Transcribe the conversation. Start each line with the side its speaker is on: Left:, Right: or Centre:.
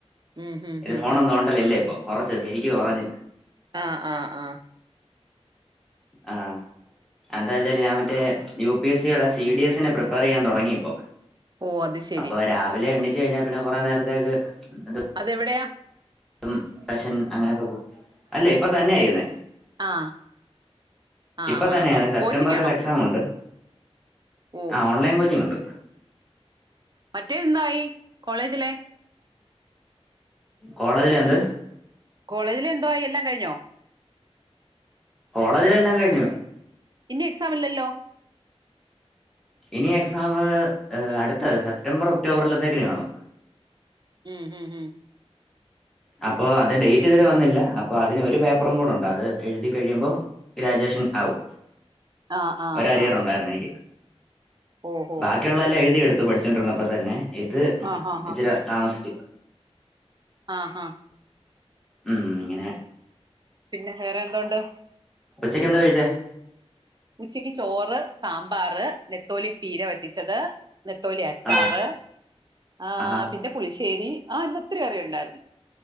Right: ഉം ഉം
Centre: ഇത്
Right: ഉം
Centre: ഫോണോന്നും
Right: ഉം
Centre: തോണ്ടലില്ല ഇപ്പോ. കൊറച്ച് ശരിക്ക് കൊറഞ്ഞ്.
Right: ആഹ് ആഹ് ആഹ്
Centre: ആഹ് എന്താ വെച്ചാല് ഞാൻ മറ്റേ യു പി എസ് സിയുടെ സി ഡി എസിന് പ്രിപ്പയർ ചെയ്യാൻ തൊടങ്ങി ഇപ്പോ.
Right: ഓ അത് ശരി
Centre: അപ്പോ രാവിലെ എണീച്ച് കഴിഞ്ഞാ പിന്നെ കൊറേ നേരത്തേക്ക് ഇത്
Right: എവിടെയാ?
Centre: <unintelligible> അങ്ങനെയൊക്കെ പോ അല്ല ഇപ്പ തന്നെയാ ചെയ്യുന്നെ.
Right: ആ ആ ആ
Centre: ഇപ്പൊ
Right: ആ
Centre: തന്നെയന്ന
Right: ആ
Centre: സെപ്റ്റംബറൽ
Right: കോച്ചിങ് ആണോ
Centre: ഒരു എക്സാം ഉണ്ട്
Right: ഓ
Centre: ആ ഓൺലൈൻ കോച്ചിങ് ഉണ്ട്
Right: മറ്റേ എന്തായി കോളേജിലെ
Centre: കോളേജില എന്ത്
Right: കോളേജില എന്തായി എല്ലാം കഴിഞ്ഞോ
Centre: കോളേജിലെ എല്ലാംകഴിഞ്ഞു
Right: ഇന്ന്എക്സാം ഇല്ലല്ലോ
Centre: ഇനി എക്സാം അടുത്ത സെപ്റ്റംബർ ഒക്ടോബറിലത്തേക്കിന് വേണും
Right: ഉം ഹം ഉം
Centre: അപ്പൊ അത് ഡേറ്റ്
Right: പിൻ
Centre: ഇതുവരെ വന്നില്ല അപ്പൊ അതിന് ഒരു പേപ്പറും കൂടെ ഉണ്ട് അത് എഴുതി കഴിയുമ്പോൾ ഗ്രാജുവേഷൻ ആവും
Right: ആ ആ
Centre: ഒ അരികറ
Right: ആ
Centre: ഉണ്ടായിരുന്നു എനിക്ക്
Right: ഓ ഹോ
Centre: ബാക്കിയുള്ള എല്ലാം എഴുതിയ എടുത്തു പഠിച്ചിണ്ടിരന്നപ്പോ തന്നെ ഇത്
Right: ആ ഹാ
Centre: ഇച്ചിരി താമസിച്ചു
Right: ആഹ് ആഹ
Centre: ഉം ഇങ്ങനെ
Right: പിന്നെ വേറെ എന്തോണ്ട്
Centre: ഉച്ചക്ക് എന്താ കഴിച്ചേ
Right: ഉച്ചക്ക് ചോറ് സാമ്പാറ് നെത്തോലിക് പീര വറ്റിച്ചത് നെത്തോലി അച്ചാറ്
Centre: ആഹ്
Right: ആ
Centre: ആഹാ
Right: പിന്നെ പുളിശ്ശേരി ആഹന്നത്ര കറുണ്ടായിരുന്നു